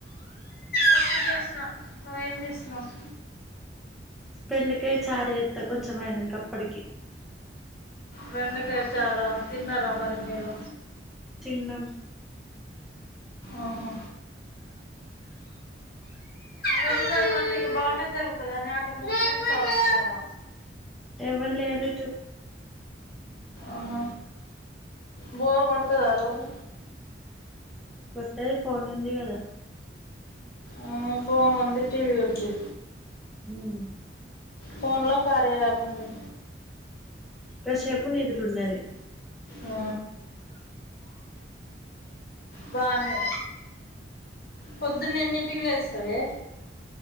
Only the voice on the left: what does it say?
పప్పు చేసిన నువ్వేం చేసినావ్
బెండకాయ చారా తిన్నారా మరి మీరు
ఓహో రంజాన్ అటు బానే జరుగుతద నే అటు ముస్లిమ్స్ ఆళ్ళు ఉన్నరా
ఆహ బోర్ కొడతదా రోజు
మ్మ్ ఫోన్ ఉంది టీవీ ఉంది
ఫోన్ లో కార్య యాప్ ఉంది.
ఆ బానే, పొద్దున్నేన్నింటికి లేస్తవే?